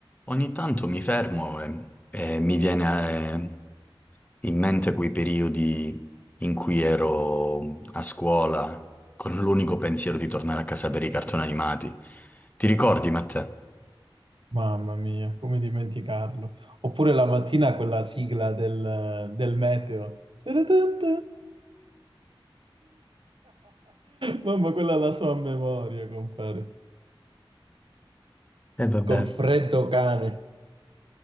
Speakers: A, on the left (about 15°); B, on the right (about 65°).
A: Ogni tanto mi fermo e, e mi viene eh, in mente quei periodi in cui ero a scuola con l'unico pensiero di tornare a casa per i cartoni animati. Ti ricordi, Matteo?
B: Mamma mia, come dimenticarlo. Oppure la mattina quella sigla del, del meteo. <laughs> Mamma, quella è la sua memoria, compare.
A: E vabbè,
B: Col freddo cane,